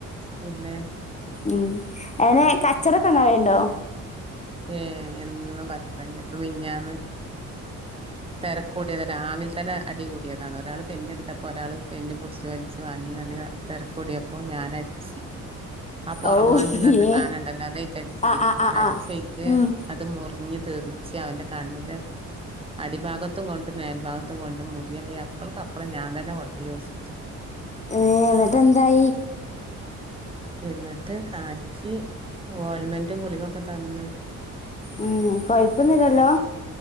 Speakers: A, on the right; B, on the left.
A: പിന്നെ
B: ഉം അങ്ങനെ കച്ചറയൊക്കെ <unintelligible> ണ്ടോ
A: ഏഹ് എന്നും കച്ചറയന്നെയാ. ഇപ്പ മിൻഞ്ഞാന്ന് തെരക്കൂടിയതാ. രാവിൽ തന്നെ അടികൂടിയതാണ്. ഒരാള് പെന്നെടുത്തപ്പോ ഒരാള് പെന്ന് പുടിച്ച് വലിച്ച് വാങ്ങി നല്ല തെരക്കൂടിയപ്പോ ഞാനടിച്ച്. ആ പൊറമ്മാന്തീന്ന്
B: ഔ
A: പറഞ്ഞ
B: ഏ
A: സാനണ്ടല്ലോ അതായിട്ടടിച്ച്.
B: ആ ആ ആ
A: അടിച്ചയിക്ക്
B: ആ ഉം
A: അത് മുറിഞ്ഞിട് തെറിച്ച് അവന്റെ കണ്ണിന്റെ അടിഭാഗത്തും കൊണ്ടു മേൽഭാഗത്തും കൊണ്ടു മു പിയേ അപ്പളക്കപ്പളും ഞാൻ തന്നെ കൊ ണ്ടോയി ഹോസ്
B: ഏഹ് എന്നിട്ടെന്തായി
A: എന്നിട്ട് കാണിച്ച്, ഓയിൽമെന്റും ഗുളികൊക്കെ തന്ന്.
B: ഉം കൊഴപ്പൊന്നു ഇല്ലല്ലോ